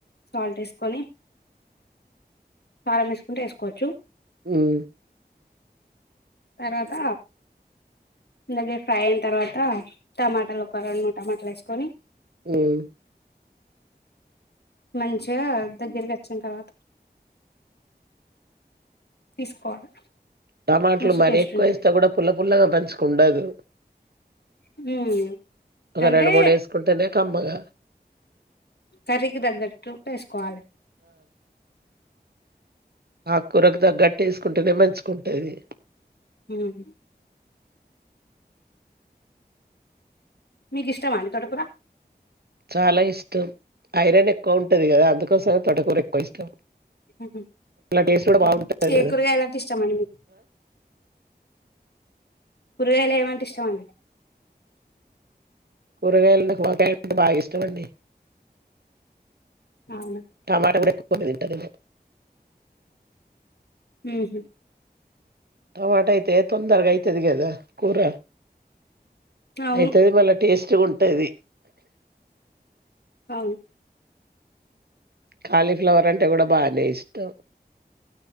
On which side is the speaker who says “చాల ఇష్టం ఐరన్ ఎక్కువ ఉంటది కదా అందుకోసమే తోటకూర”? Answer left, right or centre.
Right